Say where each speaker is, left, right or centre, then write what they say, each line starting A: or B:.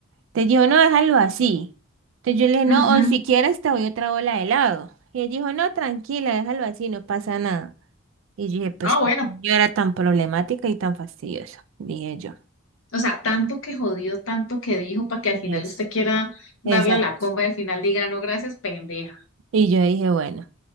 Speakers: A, on the right; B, on the left.
A: Te dijo, no, déjalo así. Entonces yo le dije,
B: Ujú.
A: no, o si quieres te doy otra bola de helado. Y ella dijo, no, tranquila, déjalo así, no pasa nada. Y yo dije, pues
B: Ah,
A: qué
B: bueno.
A: señora tan problemática y tan fastidiosa, dije yo.
B: O sea, tanto que jodió, tanto que dijo para que al
A: Es,
B: final usted quiera darle
A: exacto.
B: la comba y al final diga, no, gracias, pendeja.
A: Y yo dije, bueno.